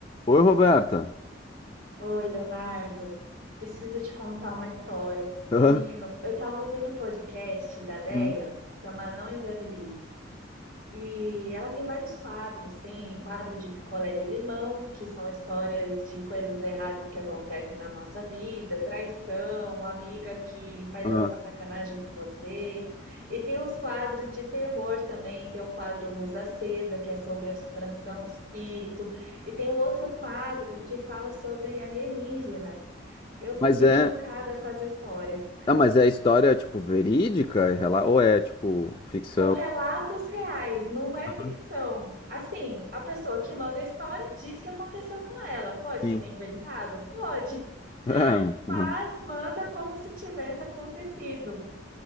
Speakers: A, on the left (about 25°); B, on the right (about 55°).
A: Oi, Roberta.
B: Oi, Leonardo. Preciso te contar uma história.
A: Hã?
B: Menino, eu estava ouvindo um podcast da Déia,
A: Hum,
B: chama Não Inviabilize. E ela tem vários quadros, tem quadro de picolé de limão, que são histórias de coisas erradas que acontecem na nossa vida, traição, amiga que faz
A: hã.
B: alguma sacanagem com você. E tem os quadros de terror também, tem o quadro Luz Acesa, que é sobre assombração, espírito, e tem um outro quadro que fala sobre alienígena. Eu fiquei
A: Mas é,
B: chocada com as histórias.
A: ah, mas é história tipo verídica, é rela- ou é tipo ficção?
B: São relatos reais, não é
A: Aham.
B: ficção. Assim, a pessoa que manda a história diz que aconteceu com ela. Pode
A: Sim.
B: ser inventado? Pode.
A: <laughs> É, mano.
B: Mas manda como se tivesse acontecido.